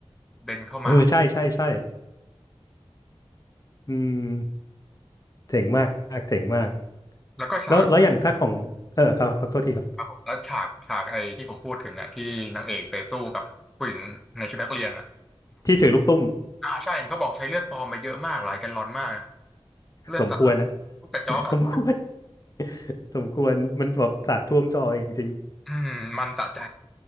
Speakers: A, in the centre; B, on the left.
A: เบนเข้ามา
B: เออใช่ใช่ใช่อืมเจ๋งมากเจ๋งมาก
A: แล้วก็ฉาก
B: แล้วแล้วอย่างถ้าของเออครับครับโทษทีครับ
A: ครับผมแล้วฉากฉากไอ้ที่ผมพูดถึงอ่ะที่นางเอกไปสู้กับผู้หญิงในชุดนักเรียนอ่ะ
B: ที่ถือลูกตุ้ม
A: อ่าใช่เห็นเขาบอกใช้เลือดปลอมไปเยอะมากหลายแกลลอนมากนะเลือดสาดลูกกระจอกอ่ะ
B: สมควรนะ <laughs> สมควร <laughs> สมควรมันแบบสาดท่วมจอจริง
A: อืมมันสะใจ